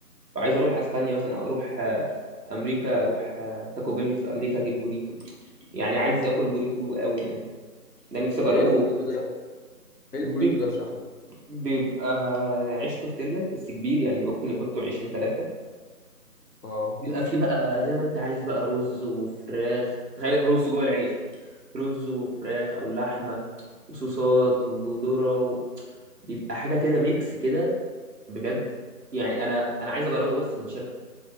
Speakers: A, on the right (about 80°); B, on the left (about 70°).
A: فعايز اروح اسبانيا مثلا او اروح آه، امريكا اروح آه، تاكو بيل في امريكا اجيب بوريتو يعني عايز اكل بوريتو قوي يعني ده نفسي اجربه
B: طب ايه البروسيس ده؟ ايه البوريتو
A: بيب-
B: ده اشرح له
A: بيبقى عيش تورتيلا بس كبير يعني ممكن يحطوا عيشين ثلاثة
B: اه
A: بيبقى فيه بقى زي ما انت عايز بقى رز وفراخ تخيل رز جوه العيش رز وفراخ او لحمه وصوصات وذره و... بيبقى حاجه كده ميكس كده بجد يعني انا انا عايز اجربه بس من شكله